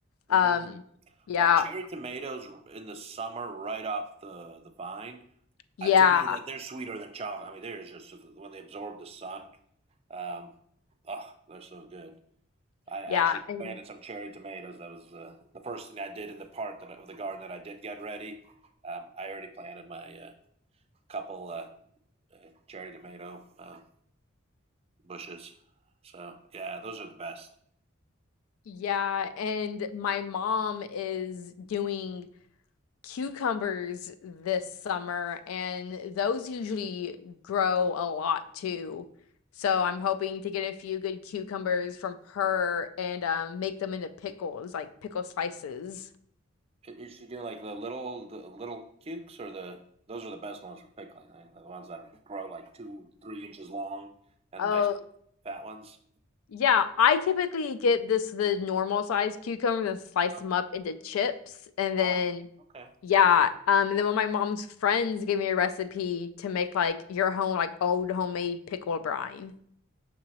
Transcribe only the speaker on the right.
Mm.
Well, cherry tomatoes in the summer, right off the the vine.
Uh, to me, that they're sweeter than chocolate. I mean, they're just when they absorb the sun. Um, oh, they're so good. I actually
planted some cherry tomatoes. That was uh, the first thing I did in the part that, of the garden that I did get ready. Um, I already planted my uh, couple uh, uh, cherry tomato uh, bushes. So yeah, those are the best.
You should do like the little the little cukes or the those are the best ones for pickling. I mean, the ones that are, grow like two three inches long and
nice fat ones.
Ah,
ah,
okay.